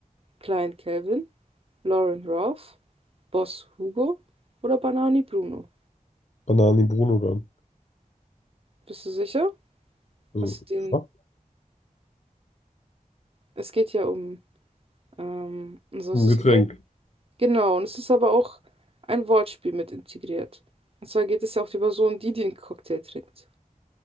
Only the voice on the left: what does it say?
Banani Bruno dann.
Also,
ja,
um
Getränk.